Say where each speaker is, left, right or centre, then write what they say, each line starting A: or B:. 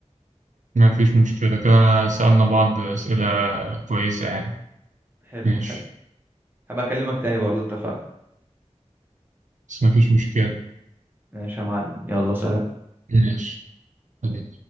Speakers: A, on the right; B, on the right.
A: ما فيش مشكلة كده أنا سألنا بعض أسئلة كويسة يعني
B: حلو
A: ماشي
B: حلو هبقى أكلمك تاني برضو اتفقنا
A: بس ما فيش مشكلة
B: ماشي يا معلم يلا سلام
A: ماشي خليك.